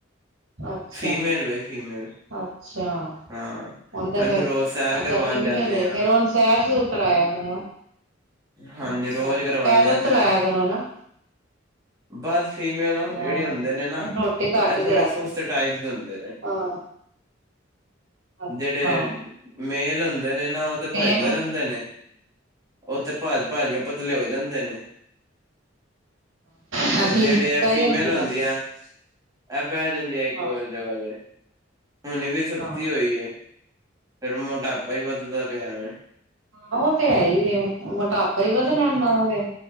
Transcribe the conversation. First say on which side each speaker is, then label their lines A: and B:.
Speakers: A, on the right; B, on the right.
A: ਅੱਛਾ
B: ਫੀਮੇਲ ਵੇ, ਫੀਮੇਲ।
A: ਅੱਛਾ।
B: ਹਾਂ
A: ਉਹਨ ਤੇ ਫਿਰ,
B: ਇਹਨੂੰ ਰੋਜ਼ ਸੈਰ
A: ਅੱਛਾ
B: ਕਰਵਾਉਣ
A: ਫੀਮੇਲ
B: ਜਾਂਦੇ
A: ਏ,
B: ਹਾਂ
A: ਫਿਰ ਉਹਨੂੰ ਸੈਰ-ਸੂਰ ਕਰਾਇਆ ਕਰੋ ਨਾ।
B: ਹਾਂਜੀ
A: ਅੱਛਾ,
B: ਰੋਜ਼ ਕਰਵਾਨੇ
A: ਪੈਦਲ
B: ਆ ਸੈਰ
A: ਤੁਰਾਇਆ ਕਰੋ ਨਾ।
B: ਬਸ ਫੀਮੇਲ ਜਿਹੜੇ
A: ਹਾਂ
B: ਹੁੰਦੇ ਨੇ, ਨਾ
A: ਰੋਟੀ ਘੱਟ
B: ਐ ਥੋੜੇ
A: ਦਿਆ
B: ਸੁਸਤ
A: ਕਰ
B: ਟਾਈਪ ਦੇ ਹੁੰਦੇ ਨੇ।
A: ਹਾਂ ਅੱਛਾ
B: ਜਿਹੜੇ ਮੇਲ ਹੁੰਦੇ ਨੇ ਨਾ, ਉਹ ਤੇ
A: ਮੇਨ
B: ਭੱਜਦੇ ਰਹਿੰਦੇ ਨੇ। ਉਹ ਤੇ ਭਾਜ-ਭਾਜ ਕੇ ਪਤਲੇ ਹੋ ਜਾਂਦੇ ਨੇ।
A: ਹਾਂ
B: ਤੇ
A: ਫੀਮੇਲ
B: ਜਿਹੜੇ ਆ
A: ਬਹਿ
B: ਫੀਮੇਲ
A: ਜਾਂਦੀਆਂ
B: ਹੁੰਦੀਆ, ਐ ਬਹਿ ਜਾਂਦੀਆ ਇੱਕ
A: ਹਾਂ
B: ਹੋ ਜਗ੍ਹਾ ਤੇ। ਹੁਣੀ ਵੀ ਸੁੱਤੀ
A: ਹਾਂ
B: ਹੋਈ ਏ, ਫਿਰ ਮੋਟਾਪਾ ਹੀ ਵੱਧਦਾ ਪਿਆ ਵੇ।
A: ਆ ਉਹ ਤੇ ਹੈਹੀ ਏ, ਮ੍ਹੋਟਾਪਾ ਹੀ ਵਧਣਾ ਇਹਨਾਂ ਦਾ ਫਿਰ।